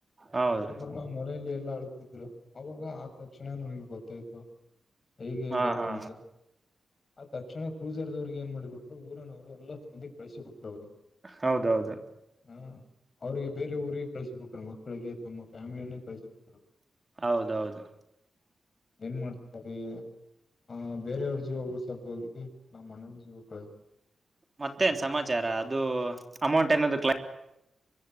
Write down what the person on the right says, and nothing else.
ಹೌದ್ರಿ
ಹಾ
ಹಾ
ಹೌದೌದು.
ಹೌದೌದು.
ಮತ್ತೇನ್ ಸಮಾಚಾರ ಅದು ಅಮೌಂಟ್ ಏನದು ಕ್ಲೈ.